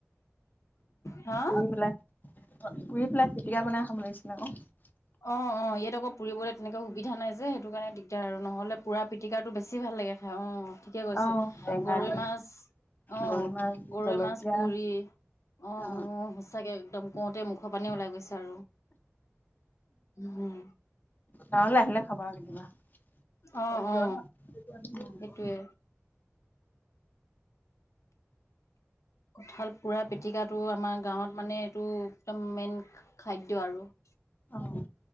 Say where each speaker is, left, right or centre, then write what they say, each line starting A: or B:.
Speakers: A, on the left (about 85°); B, on the left (about 40°).
A: <inaudible> হা?
B: পুৰি পেলাই পুৰি পেলাই পিটিকা বনাই খাব লাগিছিলে আকৌ। <unintelligible>
A: অঁ-অঁ! ইয়াত অক <unintelligible> পুৰিবলৈ তেনেকৈ সুবিধা নাই যে, সেইটো কাৰণে দিগদাৰ আৰু নহ'লে পুৰা পিটিকাটো বেছি ভাল লাগে খায় অঁ। <unintelligible> ঠিকে কৈছে।
B: অ', টেঙা
A: গৰৈ
B: দি
A: মাছ, অঁ
B: গৰৈ মাছ
A: গৰৈ
B: জলকীয়া
A: মাছ পুৰি। <unintelligible> অঁ-অঁ!
B: অ
A: সঁচাকে একদম কওঁতে মুখৰ পানী ওলাই গৈছে আৰু। <unintelligible> উম'। <inaudible>
B: গাৱলৈ আহিলে খাবা আৰু
A: অ
B: কেতিয়াবা।
A: অ সেইটোৱে
B: <inaudible>
A: কঁঠাল পোৰা পিটিকাটো, আমাৰ গাঁৱত মানে এইটো একদম মেইন খাদ্য আৰু। <inaudible>
B: অঁ <inaudible>